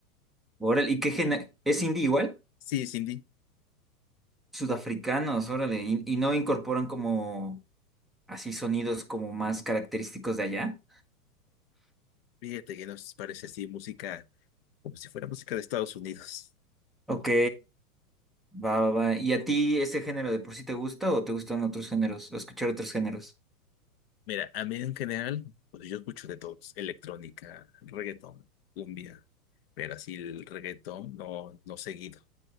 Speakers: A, in the centre; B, on the left.
A: Órale, ¿y qué gena- ¿Es indie igual?
B: Sí, es indie.
A: Sudafricanos, órale. ¿Y, y no incorporan como así sonidos como más característicos de allá?
B: Fíjate que nos parece así música, como si fuera música de Estados Unidos.
A: Ok, va, va, va. ¿Y a ti ese género de por sí te gusta o te gustan otros géneros? ¿O escuchar otros géneros?
B: Mira, a mí en general, pues yo escucho de todos, electrónica, reggaetón, cumbia, pero así el reggaetón no, no seguido,